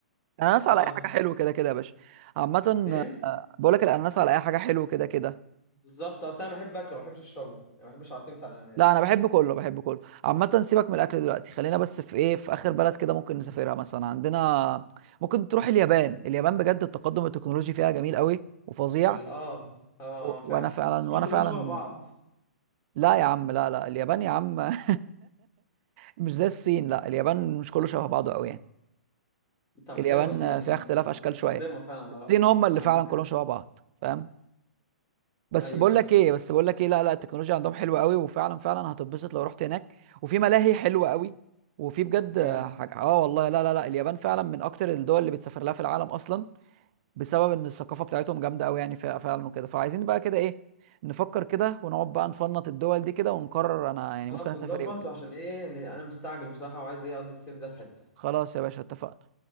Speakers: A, on the right; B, on the left.
A: الاناناس
B: اه
A: على اي حاجه حلو كده كده يا باشا عامه
B: ايه
A: آه، بقول لك الاناناس على اي حاجه حلو كده كده
B: بالظبط اصل انا بحب اكله ما بحبش اشربه يعني ما بحبش عصير بتاع الاناناس
A: لا انا بحب كله بحب كله عامه سيبك من الاكل دلوقتي خلينا بس في ايه في اخر بلد كده ممكن نسافرها مثلا عندنا ممكن تروح اليابان اليابان بجد التقدم التكنولوجي فيها جميل قوي وفظيع
B: وال اه اه
A: و...
B: آه، فعلا
A: وانا فعلا
B: بس
A: وانا
B: هما كلهم
A: فعلا
B: شبه بعض
A: لا يا عم لا لا اليابان يا عم <laughs> مش زي الصين لا اليابان مش كله شبه بعضه قوي يعني
B: طب
A: اليابان
B: حلوة دي يعني
A: فيها اختلاف اشكال
B: متقدمة
A: شويه
B: فعلا على
A: الصين
B: رأيك
A: هم اللي
B: يعني
A: فعلا
B: ممكن
A: كلهم شبه بعض فاهم بس
B: ايوه
A: بقول
B: ايوه
A: لك
B: فعلا
A: ايه بس بقول لك ايه لا لا التكنولوجيا عندهم حلوه قوي وفعلا فعلا هتتبسط لو رحت هناك وفي ملاهي حلوه قوي وفي بجد
B: بجد
A: حاجه اه والله لا لا لا اليابان فعلا من اكتر الدول اللي بتسافر لها في العالم اصلا بسبب ان الثقافه بتاعتهم جامده قوي يعني فع- فعلا وكده فعايزين بقى كده ايه نفكر كده ونقعد بقى نفنط الدول دي كده ونقرر انا يعني
B: خلاص
A: ممكن اسافر
B: ونظبط
A: ايه وكده
B: عشان ايه إن انا مستعجل بصراحة وعايز ايه اقضي الصيف ده في حتة
A: خلاص يا باشا اتفقنا